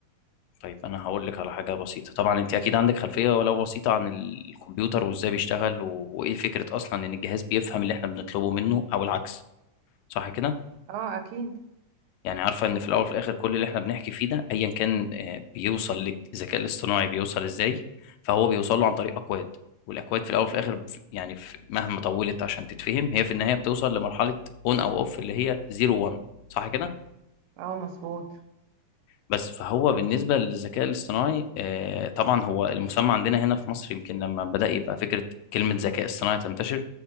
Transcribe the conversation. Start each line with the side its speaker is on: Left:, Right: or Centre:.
Left: طيب انا هقول لك على حاجه بسيطه طبعا انت اكيد عندك خلفيه ولو بسيطه عن ال- الكمبيوتر وازاي بيشتغل و... وايه فكره اصلا ان الجهاز بيفهم اللي احنا بنطلبه منه او العكس صح كده
Right: اه اكيد
Left: يعني عارفة ان في الاول وفي الاخر كل اللي احنا بنحكي فيه ده ايا كان آه، بيوصل للذكاء الاصطناعي بيوصل ازاي فهو بيوصل له عن طريق اكواد والاكواد في الاول وفي الاخر ف- يعني في- مهما طولت عشان تتفهم هي في النهاية بتوصل لمرحلة اون او اوف اللي هي 0 1 صح كده
Right: اه مظبوط
Left: بس فهو بالنسبة للذكاء الاصطناعي آه، طبعا هو المسمى عندنا هنا في مصر يمكن لما بدأ يبقى فكرة كلمة ذكاء اصطناعي تنتشر